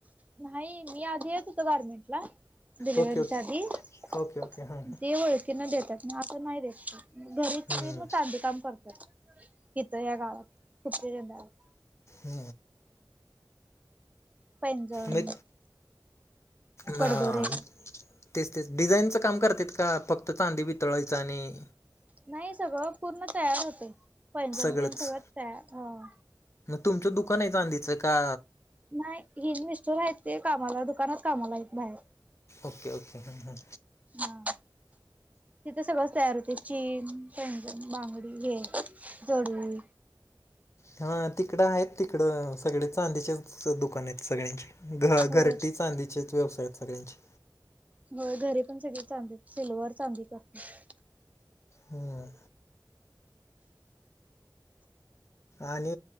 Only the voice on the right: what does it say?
नाही मी आधी येत होत गारमेंटला डिलेव्हरीच्या
आधी <unintelligible>
त्यांना देतात म असं नाही देत
घरी मग चांदी काम करतात हित या गावात <unintelligible>
पैंजम
कडदोरे
नाही सगळं पूर्ण तयार होते पैजण
त्यानं सगळं तयार ह
नाही हे मिस्टर आहेत ते कामाला दुकानात कामाला आहेत बाहेर
हा. तिथे सगळंच तयार होते चेन, पैजण, बांगडी हे जोडवी
होय
हो घरी पण सगळे चांदीत सिल्वर चांदीच असते.